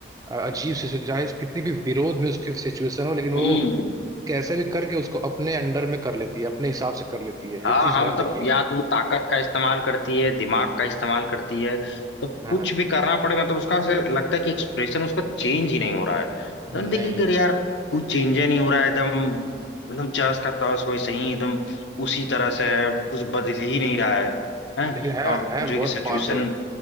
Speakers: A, on the right (about 20°); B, on the left (about 75°).
A: अ, अजीब सिचुएशन चाहे कितनी भी विरोध में उसकी सिचुएशन हो लेकिन वो
B: हम्म
A: कैसे भी करके उसको अपने अंडर में कर लेती है अपने हिसाब से कर लेती है
B: हाँ
A: ये चीज
B: हाँ
A: मैंने
B: मतलब
A: देखी है
B: या तो वो ताकत का इस्तेमाल करती है दिमाग का इस्तेमाल करती है तो
A: हम्म
B: कुछ भी करना पड़े मतलब उसका से लगता है कि एक्सप्रेशन उसका चेंज ही नहीं हो रहा है तो
A: नहीं
B: देखिए कि अरे यार कुछ चेंज ही नहीं हो रहा है एकदम एकदम जस का तस वैसे ही एकदम उसी तरह से है कुछ बदल ही नहीं रहा है हैं
A: लेकिन है
B: और
A: है
B: जो है
A: बहुत
B: कि सिचुएशन
A: पावरफुल